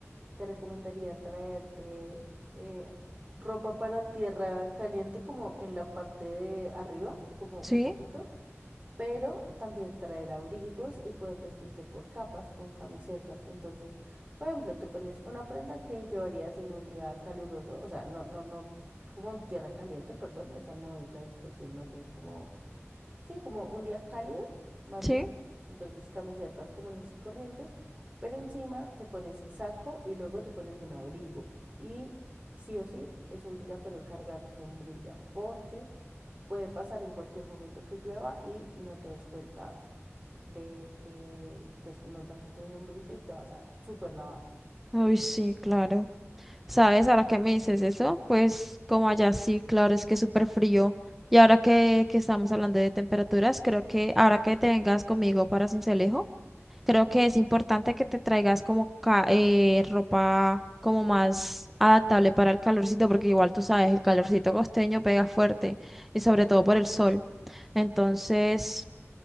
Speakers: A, on the right; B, in the centre.
A: te recomendaría traerte eh, ropa para tierra caliente como en la parte de arriba, como
B: sí,
A: un poquito, pero también traer abrigos y poder vestirte por capas con camisetas. Entonces, por ejemplo, te pones una prenda que llevarías en un día caluroso, o sea, no, no, no, como tierra caliente, perdón, esa no es la expresión, más bien como sí, como un día cálido, más
B: sí.
A: bien. Entonces camisetas comunes y corrientes, pero encima te pones saco y luego te pones un abrigo. Y sí o sí es obligatorio cargar sombrilla porque puede pasar en cualquier momento que llueva y no te des cuenta de que pues no trajiste sombrilla y te vas a super lavar.
B: uy sí, claro. ¿Sabes? Ahora que me dices eso, pues como allá sí, claro, es que es súper frío. Y ahora que, que estamos hablando de temperaturas, creo que ahora que te vengas conmigo para Sincelejo, creo que es importante que te traigas como ca- eh, ropa como más adaptable para el calorcito, porque igual tú sabes, el calorcito costeño pega fuerte y sobre todo por el sol. Entonces...